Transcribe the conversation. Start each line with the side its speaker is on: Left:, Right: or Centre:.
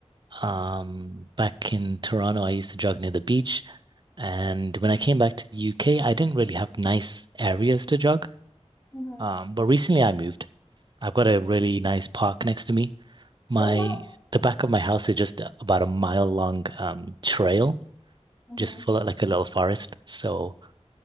Right: Um, back in Toronto, I used to jog near the beach, and when I came back to the UK, I didn't really have nice areas to jog.
Left: Mm-hmm.
Right: Um, but recently I moved. I've got a really nice park next to me. My
Left: Oh, wow.
Right: the back of my house is just about a mile long um trail,
Left: Mm-hmm.
Right: just full of like a little forest. So